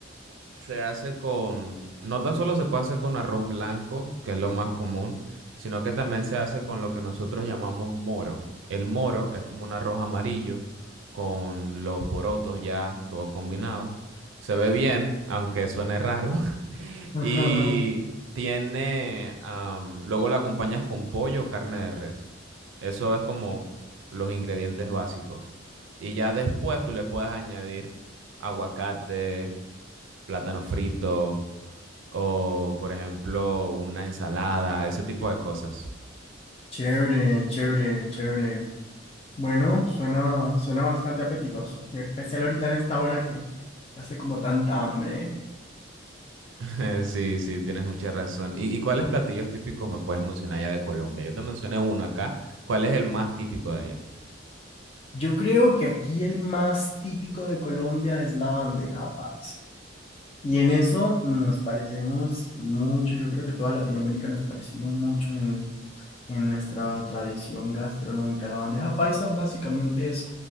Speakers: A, on the right (about 75°); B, on the left (about 30°).
A: Se hace con, no tan solo se puede hacer con arroz blanco, que es lo más común, sino que también se hace con lo que nosotros llamamos moro. El moro es como un arroz amarillo con los porotos ya todo combinado. Se ve bien, aunque suene raro. <laughs>
B: Ajá,
A: Y
B: ajá.
A: tiene, am, luego lo acompañas con pollo o carne de res. Eso es como los ingredientes básicos. Y ya después tú le puedes añadir aguacate plátano frito o, por ejemplo, una ensalada, ese tipo de cosas.
B: Chévere, chévere, chévere. Bueno, suena, suena bastante apetitoso, y en especial ahorita en esta hora que hace como tanta hambre. ¿eh?
A: <laughs> Sí, sí, tienes mucha razón. ¿Y, y cuáles platillos típicos me puedes mencionar ya de Colombia? Yo te mencioné uno acá. ¿Cuál es el más típico de allá?
B: Yo creo que aquí el más típico de Colombia es la bandeja paisa. Y en eso nos parecemos mucho, yo creo que toda Latinoamérica nos parecemos mucho en nuestra tradición gastronómica. La bandeja paisa básicamente es